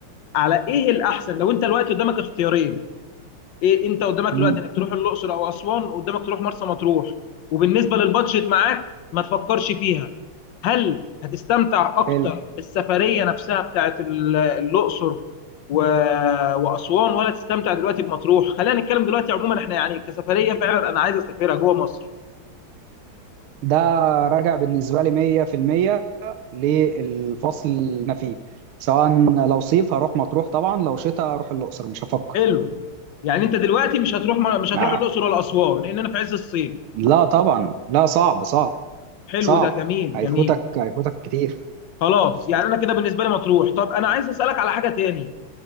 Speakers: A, on the left; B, on the right.
A: على ايه الاحسن لو انت الوقت قدامك اختيارين ايه انت قدامك دلوقتي
B: امم
A: انك تروح الاقصر او اسوان قدامك تروح مرسى مطروح وبالنسبه للبادجت معاك ما تفكرش فيها هل هتستمتع اكتر
B: حلو
A: بالسفريه نفسها بتاعت ال- الاقصر و... واسوان ولا تستمتع دلوقتي بمطروح خلينا نتكلم دلوقتي عموما احنا يعني كسفريه فعلا انا عايز اسافرها جوه مصر
B: ده راجع بالنسبة لي 100% للفصل اللي انا فيه سواء لو صيف هروح مطروح طبعا لو شتاء هروح الأقصر مش هفكر
A: حلو يعني انت دلوقتي مش هتروح مش هتروح
B: آه،
A: الاقصر ولا اسوان لان انا في عز الصيف
B: لا طبعا لا صعب صعب
A: حلو
B: صعب
A: ده جميل
B: هيفوتك
A: جميل
B: هيفوتك كتير
A: خلاص يعني انا كده بالنسبه لي مطروح طب انا عايز اسالك على حاجه تاني